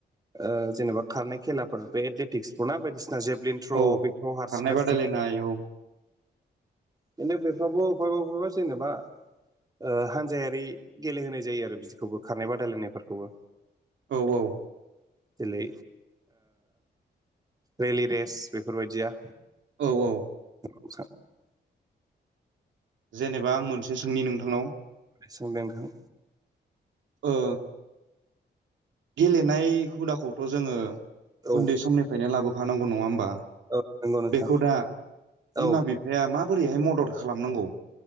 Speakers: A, on the right; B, on the right.
A: ओ जेनबा खारनाय खेलाफोर बे देटिक्सफोर ना बायदिसिना जेभ्लिन <unintelligible>
B: औ
A: बेफ्राव हारसिं
B: खारनाय
A: हारसिंङै
B: बादायलायनाय औ
A: <unintelligible> बेफ्रावबो अफायबा अफायबा जेनेबा ओ हानजायारि गेलेहोनाय जायो आरो बिदिखौबो खारनाय बादायलायनायफोरखौबो।
B: औ औ।
A: जेलै रेलि रेस बेफोरबायदिया
B: औ औ।
A: औ
B: जेनेबा आं मोनसे सोंनि नोंथांनाव
A: सोंदों नोंथां
B: ओ गेलेनाय हुदाखौथ' जोङो
A: औ
B: उन्दै समनिफ्रायनो लाबोफानांगौ नङा होमबा?
A: औ नंगौ नोंथां
B: बेखौ दा
A: औ
B: बिमा बि फाया माबोरैहाय मदद खालामनांगौ